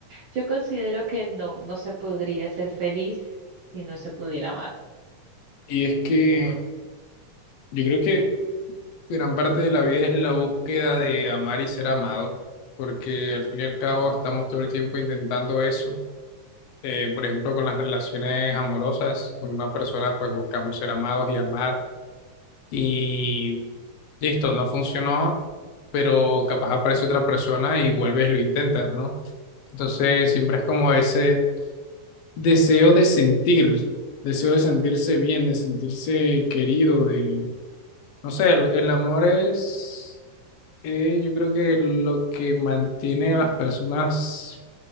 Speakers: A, on the right; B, on the left.
A: yo considero que no, no se podría ser feliz si no se pudiera amar.
B: Y es que yo creo que gran parte de la vida es la búsqueda de amar y ser amado, porque al fin y al cabo estamos todo el tiempo intentando eso eh, por ejemplo, con las relaciones amorosas, con una persona pues buscamos ser amados y amar y listo, no funcionó, pero capaz aparece otra persona y vuelves y lo intentas, ¿no? Entonces siempre es como ese deseo de sentir, deseo de sentirse bien, de sentirse querido, de, no sé, el, el amor es, eh, yo creo que lo que mantiene a las personas